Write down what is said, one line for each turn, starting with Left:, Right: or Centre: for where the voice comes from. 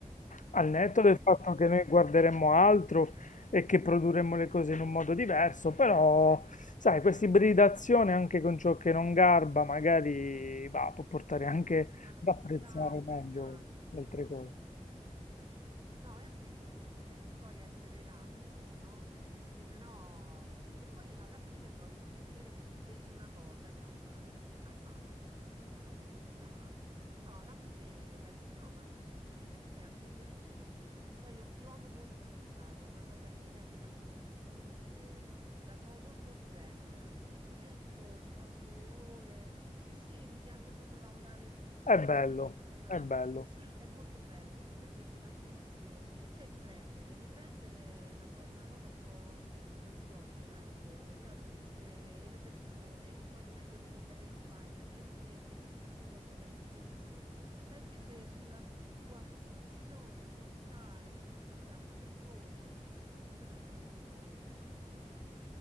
Left: Al netto
Right: E
Left: del
Right: Poi,
Left: fatto che noi
Right: mh,
Left: guarderemmo altro e che produrremmo le cose in un modo diverso, però, sai, questa ibridazione anche con ciò che non garba, magari va, può portare anche
Right: Ma ci
Left: ad apprezzare
Right: sta, ci
Left: meglio
Right: sta, ci sta,
Left: le altre cose.
Right: certo. No, è anche giusto perché poi essere elastici, no? Perché sennò... E poi alla fine provi piacere perché vedi una cosa che tu non avresti mai fatto di di tua volontà, però alla fine pensi no, ma poi te- ti è anche piaciuto perché poi io, io amo molto montare, è una cosa che mi piace tantissimo perché la trovo molto zen, mi ci metto, ci passo le ore. Sì, sì, mi piace proprio lavorare sui frame.
Left: È bello,
Right: è una-
Left: è bello.
Right: Sì, è molto bello, a me piace tantissimo, più che riprendere. Riprendere la trovo una cosa un po' ansiogena, ecco, e la luce, e le persone, e poi non è venuto bene il file, e metti che, che è successo qualcosa, l'imprevisto. Sta invece sulla tua postazione a montare con tutta la calma del mondo. E quello è proprio sì, è proprio